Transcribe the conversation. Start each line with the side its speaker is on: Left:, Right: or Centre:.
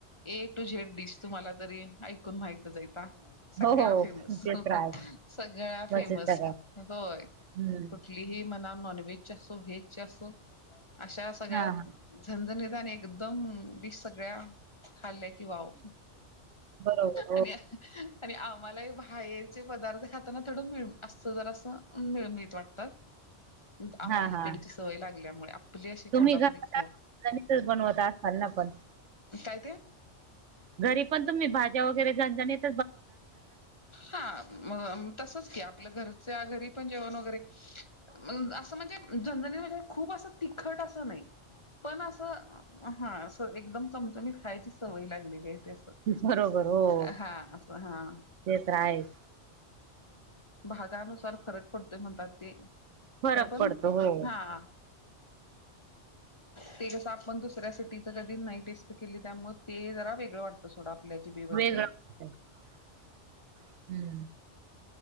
Left: ए टू झेड डिश तुम्हाला तरी ऐकून माहितच आहेता सगळ्या
Right: हो हो
Left: फेमस
Right: तेच राहायच
Left: सगळ्या फेमस
Right: आहे सगळं
Left: होय
Right: हम्म
Left: कठलीही मला नाँनव्हेजची असो, व्हेजची असो अशा सगळ्या
Right: हा हा
Left: झणझ णीत आणि एकदम डिश सगळ्या खाल्लं कि वाव
Right: बरोबर हो
Left: आणि आणि आम्हाला हे बाहेरचे पदार्थ खाताना थोडं मिळ असं जरास मिळमिळत वाटतं <unintelligible> आम्हाला
Right: हा
Left: ही.
Right: हा
Left: तिकडची सवय लागल्यामुळे आपली.. अशी
Right: तुम्ही
Left: कोल्हापुरी
Right: घरात
Left: खाऊन
Right: गणितच बनवत असाल ना पण
Left: काय ते?
Right: घरी पण तुम्ही, भाज्या वगैरे झणझणीत
Left: हा मं तसचं की. आपल घरच्या घरी पण जेवण वगैरे. म अस म्हणजे झणझणीत म्हणजे, खूप अस तिखट अस नाही पण, अस हा, अस एकदम चमचमीत खायची सवय लागलेली. हे ते अस..
Right: बरोबर हो
Left: हा. हा
Right: ते तर आहेच.
Left: भागानुसार फरक पडतोय म्हणतात, ते
Right: फरक
Left: खरं पण
Right: पडतो हो.
Left: हा. ते जसं आपण दुसऱ्या सिटीच कधी नाही टेस्ट केली त्, यामुळ ते जरा वेगळं वाटतं, सोडा आपल्या जिभे
Right: वेगळं
Left: वरती.
Right: हम्म.